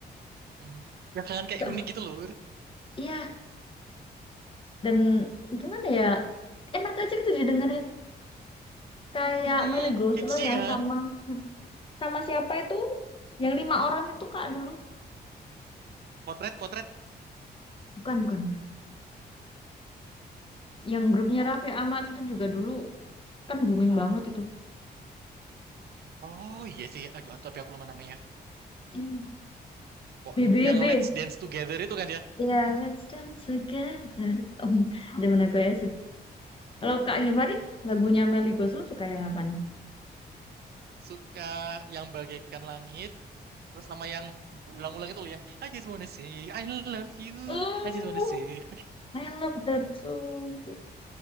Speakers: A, on the right; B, on the left.
A: Hmm. Ya kan kayak
B: Sama.
A: unik gitu loh.
B: Iya, dan gimana ya, enak aja gitu didengerin. Kayak
A: Hmm,
B: Melly Goeslaw
A: kecil
B: yang
A: kan.
B: sama, sama siapa itu? Yang lima orang itu, Kak, dulu.
A: Potret, potret.
B: Bukan, bukan, bukan. Yang grupnya Raffi Ahmad itu juga dulu kan booming banget itu.
A: Oh iya sih. Aduh, tapi aku lupa namanya.
B: Iya.
A: Pokoknya
B: B. B
A: yang
B: B.
A: Let's Dance Together itu kan ya.
B: Iya, Let's Dance Together. Om, zaman aku ya Kalau Kak Givari, lagunya Melly Goeslaw suka yang apa nih?
A: Suka yang bagaikan langit. Terus sama yang ulang ulang itu loh yang I just wanna say I love you.
B: Oh
A: I just wanna say.
B: I love that song,